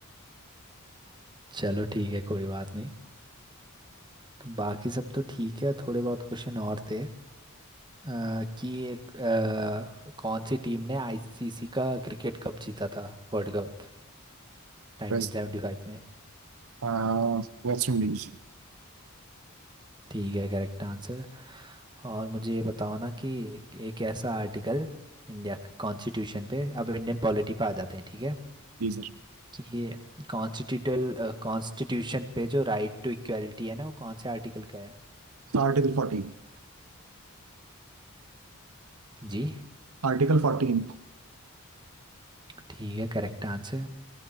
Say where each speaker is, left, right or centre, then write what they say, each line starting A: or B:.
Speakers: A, on the right; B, on the right.
A: चलो ठीक है कोई बात नहीं तो बाकी सब तो ठीक है थोड़े बहुत क्वेश्चन और थे अ, कि एक, अ, कौन सी टीम ने आईसीसी का क्रिकेट कप जीता था वर्ल्ड कप 1975
B: वेस्ट
A: में
B: आ, वेस्ट इंडीज
A: ठीक है करेक्ट आंसर और मुझे ये बताओ ना कि एक एक ऐसा आर्टिकल इंडिया के कॉन्स्टिट्यूशन पे अब इंडियन पॉलिटी पे आ जाते हैं ठीक है
B: जी sir
A: कि ये कॉन्स्टिट्यूटल कॉन्स्टिट्यूशन पे जो राइट टू इक्वलिटी है ना वो कौन से आर्टिकल का है
B: Article forty
A: जी
B: article फोर्टीन Indira
A: ठीक है करेक्ट आंसर